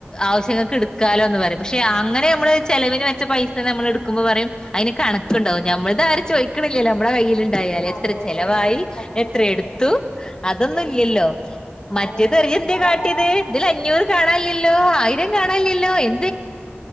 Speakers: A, on the left (about 20°); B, on the left (about 50°).
A: ആവശ്യങ്ങൾക്ക് എടുക്കാലോ എന്ന് പറയും പക്ഷെ അങ്ങനെ നമ്മള് ചെലവിന് വെച്ച പൈസന്ന് നമ്മൾ എടുക്കുമ്പോൾ പറയും അയിന് കണക്കുണ്ടാവും നമ്മൾ ആരും ചോദിക്ക്ണില്ലല്ലേ നമ്മളുടെ കയ്യിൽ ഇണ്ട് ണ്ടായാൽ എത്ര
B: അത് തന്നെ
A: ചെലവായി
B: സത്യം
A: എത്ര
B: സത്യം
A: എടുത്തു അതൊന്നും
B: എടുക്കും
A: ഇല്ലല്ലോ മറ്റേത്
B: അതെ അതെ
A: പറയും ഇയ്യ്
B: സ്വന്തം
A: എന്തേ
B: അതാ
A: കാട്ടിയത്
B: ഞാൻ
A: ഇതിൽ അഞ്ഞൂറ് കാണാനില്ലല്ലോ ആയിരം കാണാനില്ലല്ലോ എ